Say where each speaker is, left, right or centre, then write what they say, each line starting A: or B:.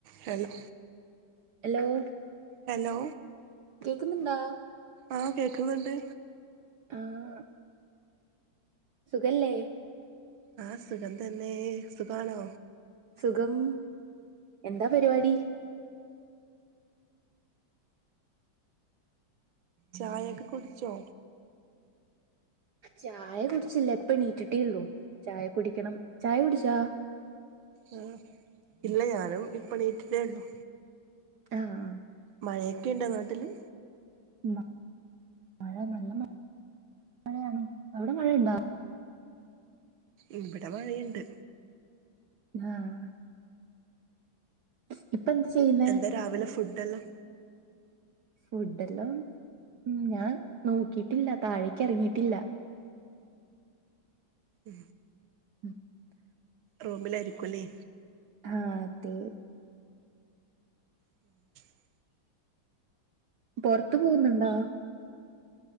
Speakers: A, on the right; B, on the right.
A: ഹലോ
B: എലോ
A: ഹലോ
B: കേക്ക്ന്നുണ്ടോ
A: ആഹ് കേക്ക്ന്ന്ണ്ട്
B: ആഹ് സുഖല്ലേ
A: ആഹ് സുഖ തന്നെ സുഖാണോ
B: സുഖം എന്താ പരിവാടി
A: ചായക്കെ കുട്ച്ചോ
B: ചായ കുട്ച്ചില്ല ഇപ്പണീറ്റിട്ടേ ഒള്ളൂ ചായ കുടിക്കണം ചായ കുട്ച്ചോ
A: ആ ഇല്ല ഞാനും ഇപ്പണീറ്റിട്ടേ ഒള്ളൂ
B: ആഹ്
A: മയൊക്കെ ഇണ്ടോ നാട്ട്ല്
B: മ മഴ നല്ല മ മഴയാണ് അവ്ടെ മഴണ്ടാ
A: ഇവ്ടെ മഴയ്ണ്ട്
B: ആഹ് ഇപ്പ എന്ത് ചെയ്യ്ന്
A: എന്താ രാവ്ലെ ഫുഡ്ല്ലാം
B: ഫുഡല്ലോ ഉമ് ഞാൻ നോക്കിട്ട്ല്ല താഴേക്ക് എറ്ങ്ങിട്ടില്ല
A: മ്
B: <inaudible>
A: റുംലായിരിക്കുല്ലേ
B: ആഹ് അതെ
A: <inaudible>
B: പൊറ്ത്ത് പോവ്ന്നുണ്ടോ